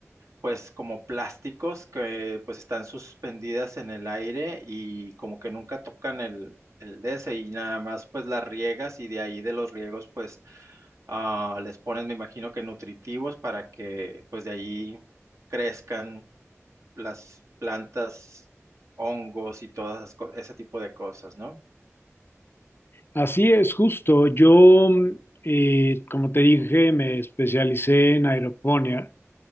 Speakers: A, on the right (about 80°); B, on the left (about 45°).
A: pues como plásticos que pues están suspendidas en el aire y como que nunca tocan el, el de ese y nada más pues las riegas y de ahí de los riegos pues Ah, les pones, me imagino que nutritivos para que pues de ahí crezcan las plantas, hongos y todas esas co- ese tipo de cosas, ¿no?
B: Así es, justo. Yo, eh, como te dije, me especialicé en aeroponía,